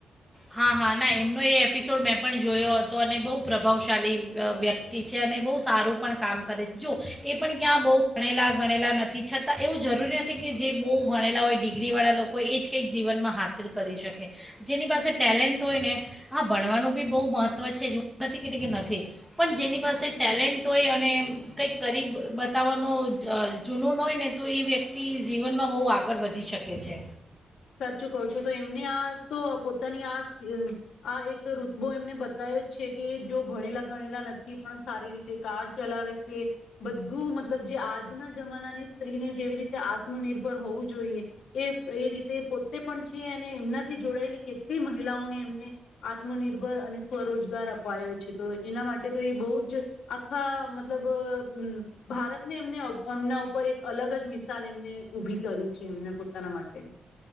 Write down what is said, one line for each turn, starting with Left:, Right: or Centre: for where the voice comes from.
Centre: હા હા ના એમનો એ એપિસોડ મેં પણ જોયો હતો અને બહુ પ્રભાવશાળી વ્યક્તિ છે અને બહુ સારું પણ કામ કરે જો એ પણ ક્યાં બહુ ભણેલા ગણેલા નથી છતાં એવું જરૂરી નથી કે જે બહુ ભણેલા હોય ડિગ્રીવાળા લોકો એ જ કંઈક જીવનમાં હાંસિલ કરી શકે જેની પાસે ટેલેન્ટ હોય ને આ ભણવાનું બી બહુ મહત્ત્વ છે જ નથી કેતી કે નથી પણ જેની પાસે ટેલેન્ટ હોય અને કંઈક કરી બતાવવાનો જ જૂનૂન હોય ને તો એ વ્યક્તિ જીવનમાં બહુ આગળ વધી શકે છે
Left: સાચું કહ છું તો એમને આ તો પોતાની આ આ એક ઋતબો એમને બતાયો જ છે કે જો ભણેલા ભણેલા નથી પણ સારી રીતે કાર ચલાવે છે બધું મતલબ જે આજના જમાનાની સ્ત્રીને જેવી રીતે આત્મનિર્ભર હોવું જોઈએ એ એ રીતે પોતે પણ છે અને એમનાથી જોડાયેલી કેટલી મહિલાઓને એમને આત્મનિર્ભર અને સ્વરોજગાર અપાયો છે તો એના માટે તો એ બહુ જ આખા મતલબ ભારતને એમને એમના ઉપર એક અલગ જ મિસાલ એમને ઉઊભી કરી છે એમને પોતાના માટે